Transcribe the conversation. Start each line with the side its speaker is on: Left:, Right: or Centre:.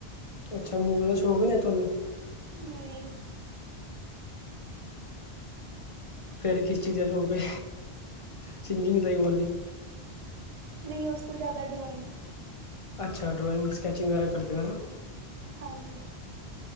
Left: ਅੱਛਾ ਮੂਵੀ ਦਾ ਸ਼ੌਕ ਨੀ ਐ ਤੁਆਨੂੰ।
Right: ਨਹੀਂ।
Left: ਫੇਰ ਕਿਸ ਚੀਜ਼ ਦਾ ਸ਼ੋਕ ਏ ਸਿੰਗਿੰਗ ਦਾ ਹੀ ਓਨਲੀ।
Right: ਨਹੀਂ ਉਸ ਤੋਂ ਜ਼ਿਆਦਾ ਡਰੋਇੰਗ।
Left: ਅੱਛਾ ਡਰੋਇੰਗ ਸਕੈਚਿੰਗ ਵਗੈਰਾ ਕਰਦੇ ਹੋ ਨਾ।
Right: ਹਾਂਜੀ।